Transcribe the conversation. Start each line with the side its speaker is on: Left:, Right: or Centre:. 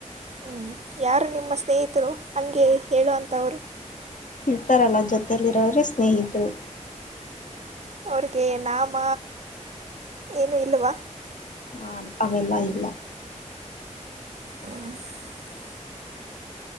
Right: ಹ್ಮ್ ಯಾರು ನಿಮ್ಮ ಸ್ನೇಹಿತರು ಹಂಗೆ ಹೇಳು ವಂತವ್ರು.
Left: ಇರ್ತಾರಲ್ಲ ಜೊತಲಿರೋರೆ ಸ್ನೇಹಿತರು.
Right: ಅವ್ರಿಗೆ ನಾಮ ಏನು ಇಲ್ವ
Left: ಹ ಅವೆಲ್ಲ ಇಲ್ಲ.
Right: ಹ